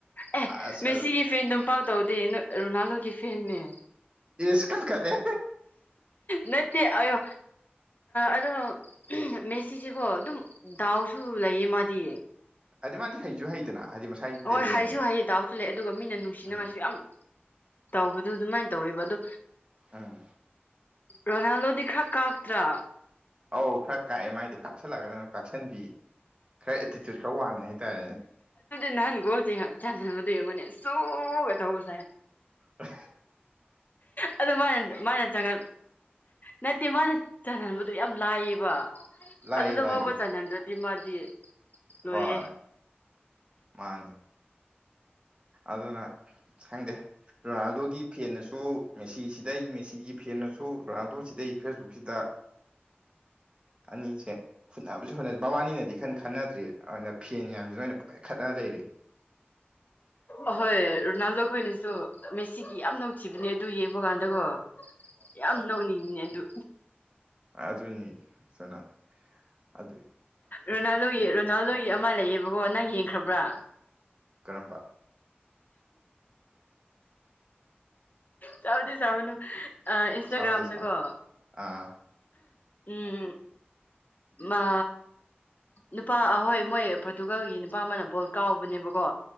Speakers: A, on the left; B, on the right.
A: ꯑꯦ
B: ꯑꯁ
A: ꯃꯦꯁꯤꯒꯤ ꯐꯦꯟꯗꯣꯝꯄꯥꯛꯥꯛ ꯇꯧꯗꯦ ꯔꯣꯅꯥꯜꯗꯣꯒꯤ ꯐꯦꯟꯅꯦ
B: ꯁ ꯀꯟ ꯀꯅꯦꯦ
A: ꯅꯠꯇ ꯑꯣ ꯑꯗꯣ ꯃꯦꯁꯤꯁꯤꯀꯣ ꯑꯗꯨꯝ ꯗꯥꯎꯁꯨ ꯂꯩꯌꯦ ꯃꯥꯗꯤ
B: ꯍꯥꯏꯗꯤ ꯃꯥꯗꯤ ꯍꯩꯁꯨ ꯍꯩꯗꯅ ꯍꯥꯏꯗꯤ ꯃꯁꯥꯒꯤ
A: ꯍꯣꯏ
B: ꯇꯦꯂꯦꯟꯅꯦ
A: ꯍꯩꯁꯨ ꯍꯩꯌꯦ ꯇꯥꯎꯁꯨ ꯂꯩꯦ ꯑꯗꯨꯒ ꯃꯤꯅ ꯅꯨꯡꯁꯤꯅꯉꯥꯏꯁꯨ
B: ꯎꯝ
A: ꯌꯥꯝ ꯇꯧꯕꯗꯨ ꯑꯗꯨꯃꯥꯏꯅ ꯇꯧꯋꯦꯕ ꯑꯗ
B: ꯎꯝ
A: ꯔꯣꯅꯥꯜꯗꯣꯗꯤ ꯈꯔ ꯀꯥꯇ꯭ꯔꯥ
B: ꯑꯧ ꯈꯔ ꯀꯥꯛꯑꯦ ꯃꯥꯏꯗꯤ ꯀꯥꯁꯤꯜꯂꯒꯅ ꯑꯗꯨꯝ ꯀꯥꯞꯁꯤꯟꯕꯤꯌꯦ ꯈꯔ ꯑꯦꯇꯤꯇ꯭ꯌꯨꯠ ꯈꯔ ꯋꯥꯡꯉꯦ ꯍꯥꯏꯇꯥꯔꯦꯅꯦ
A: ꯅꯪꯒꯣꯗꯦ ꯆ ꯃꯗꯣꯏ ꯃꯅꯦ ꯁꯣꯒ ꯇ ꯍꯣ ꯁꯥꯥꯏꯦ
B: ꯑ
A: ꯑꯗꯨꯗ ꯃꯥꯅ ꯃꯥꯅꯦ ꯆꯉ ꯅꯠꯇꯦ ꯃꯥꯅꯦ ꯆꯉ ꯑꯗꯨ ꯌꯥꯝ ꯂꯥꯏꯌꯦꯕ
B: ꯂꯥꯛꯑꯦ
A: ꯑꯗꯨꯗ
B: ꯂꯥꯛꯑꯦ
A: ꯐꯥꯎꯕ ꯆꯟꯍꯟꯗ꯭ꯔꯗꯤ ꯃꯥꯗꯤ ꯂꯣꯏꯔꯦ
B: ꯍꯣꯏ ꯃꯥꯅꯦ ꯑꯗꯨꯅ ꯁꯪꯗꯦ ꯔꯣꯅꯥꯜꯗꯣꯒꯤ ꯐꯦꯟꯅꯁꯨ ꯑꯗꯨ ꯃꯦꯁꯤꯁꯤꯗꯩ ꯃꯦꯁꯤꯒꯤ ꯐꯦꯟꯅꯁꯨ ꯔꯣꯅꯥꯜꯗꯣ ꯁꯤꯗꯩ ꯐꯦꯁꯕꯨꯛꯁꯤꯗ ꯑꯅꯤꯁꯦ ꯈꯨꯠꯅꯕꯁꯨ ꯍꯣꯠꯅ ꯃꯕꯥꯅꯤꯅꯗꯤ ꯈꯟ ꯈꯟꯅꯗꯦ ꯑꯗꯨꯅ ꯐꯦꯟ ꯌꯥꯝꯌꯥꯝꯁꯨ ꯅꯣꯏꯅ ꯄꯥꯏꯈꯠꯅ ꯂꯩꯔꯤ
A: ꯑꯍꯣꯏ ꯔꯣꯅꯥꯜꯗꯣ ꯈꯣꯏꯅꯁꯨ ꯃꯦꯁꯤꯒꯤ ꯌꯥꯝ ꯅꯧꯊꯤꯕꯅꯦ ꯑꯗꯨ ꯌꯦꯡꯕ ꯀꯥꯟꯗꯀꯣ ꯌꯥꯝ ꯅꯧꯅꯤꯡꯕꯅꯦ ꯑꯗꯨ
B: ꯑꯁꯨꯅꯤ ꯁꯟꯅ ꯑꯗꯨꯗ
A: ꯔꯣꯅꯥꯜꯗꯣꯒꯤ ꯔꯣꯅꯥꯜꯗꯣꯒꯤ ꯑꯃ ꯂꯩꯌꯦꯕꯀꯣ ꯅꯪ ꯌꯦꯡꯈ꯭ꯔꯕ꯭ꯔꯥ
B: ꯀꯔꯝꯕ
A: ꯆꯥꯎꯗꯤ ꯆꯥꯎꯅꯨ ꯑ ꯏꯟꯁꯇꯥꯒ꯭ꯔꯥꯝꯗꯀꯣ
B: ꯁꯥꯎꯗꯦ ꯁꯥꯎꯗꯦ ꯑꯥ
A: ꯎꯝ ꯃꯥ ꯅꯨꯄꯥꯍꯣꯏ ꯃꯣꯏ ꯄꯣꯔꯇꯨꯒꯥꯜꯒꯤ ꯅꯨꯄꯥ ꯑꯃꯅ ꯕꯣꯜ ꯀꯥꯎꯕꯅꯦꯕꯀꯣ